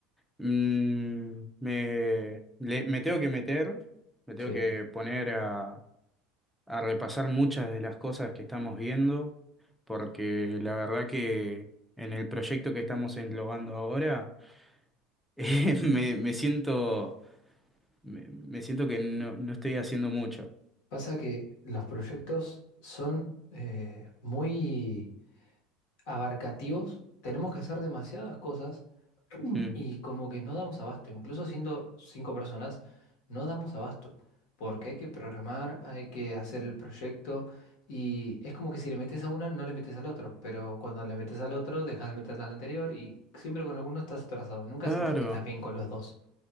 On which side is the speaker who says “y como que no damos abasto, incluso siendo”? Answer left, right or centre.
Left